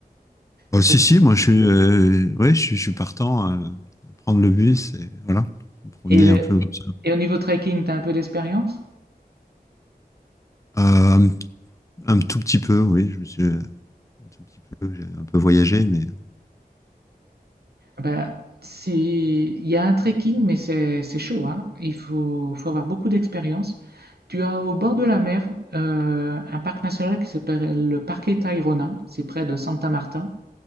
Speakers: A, on the left (about 20°); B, on the right (about 80°).
A: Oh,
B: <laughs>
A: si
B: ça-
A: si, moi je suis euh, ouais, je, suis je suis partant euh, à prendre le bus et voilà, me promener
B: Et, le-
A: un peu comme ça.
B: et au niveau trekking, tu as un peu d'expérience?
A: Euh, Un tout petit peu, oui. Je me suis euh, un tout petit peu, j'ai un peu voyagé, mais.
B: Ben, si, il y a un trekking, mais c'est c'est chaud, hein. Il faut, faut avoir beaucoup d'expérience. Tu as au bord de la mer euh, un parc national qui s'appelle le Parque Tayrona, c'est près de Santa Marta,